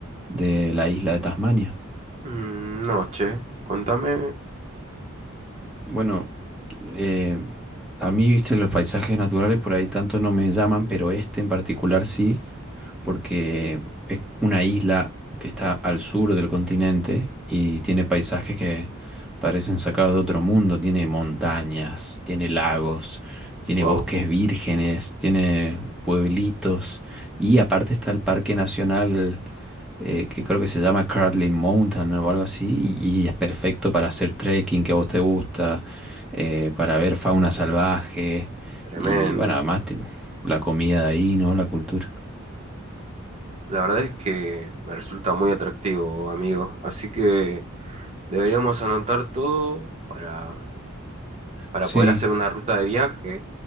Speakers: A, in the centre; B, on the right (about 30°).
A: de la isla de Tasmania.
B: Mm, no, che, contame.
A: Bueno, eh, a mí, viste, los paisajes naturales por ahí tanto no me llaman, pero este en particular sí, porque es una isla que está al sur del continente y tiene paisajes que parecen sacados de otro mundo. Tiene montañas, tiene lagos, tiene
B: Wow,
A: bosques vírgenes, tiene pueblitos y aparte está el Parque Nacional eh, que creo que se llama Cradley Mountain o algo así, y, y es perfecto para hacer trekking que a vos te gusta, eh, para ver fauna salvaje
B: tremendo.
A: y bueno, además ti- la comida de ahí, ¿no? La cultura.
B: La verdad es que me resulta muy atractivo, amigo. Así que deberíamos anotar todo para, para
A: Sí,
B: poder hacer una ruta de viaje